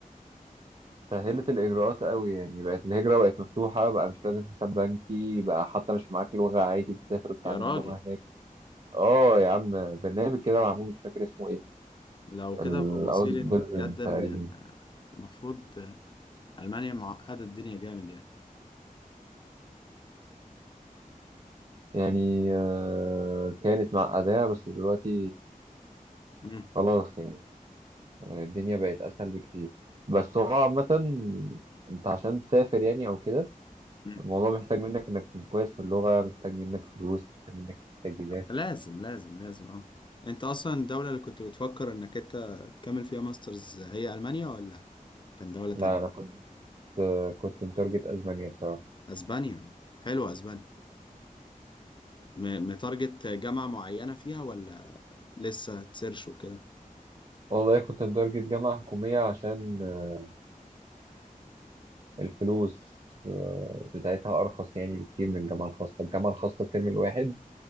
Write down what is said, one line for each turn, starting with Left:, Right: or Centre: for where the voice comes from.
Right: سهلت الاجراءات قوي يعني بقت الهجره بقت مفتوحه بقى مش لازم حساب بنكي بقى حتى مش معاك لغه عادي بتسافر وتتعلم
Left: يا راجل
Right: اللغه هناك اه يا عم برنامج كده معمول مش فاكر اسمه ايه
Left: لو كده
Right: الاوز
Left: ابقى بصير ان بجد ان
Right: تقريبا
Left: المفروض ألمانيا معقدة الدنيا جامد يعني
Right: يعني آه، كانت معقدة بس دلوقتي
Left: مم.
Right: خلاص يعني آه، الدنيا بقت أسهل بكتير بس هو عامة أنت عشان تسافر يعني أو كده
Left: مم.
Right: الموضوع محتاج منك إنك تكون كويس في اللغة محتاج منك فلوس محتاج منك تجهيزات
Left: لازم لازم لازم اه انت اصلا الدولة اللي كنت بتفكر انك انت تكمل فيها ماسترز هي ألمانيا ولا كان دولة
Right: لا
Left: تانية
Right: أنا كنت آه، كنت متارجت أسبانيا بصراحة
Left: اسبانيا حلوة اسبانيا م- متارجت جامعة معينة فيها ولا لسه تسيرش وكده
Right: والله كنت متارجت جامعة حكومية عشان آه، الفلوس آه، بتاعتها أرخص يعني بكتير من الجامعة الخاصة الجامعة الخاصة الترم الواحد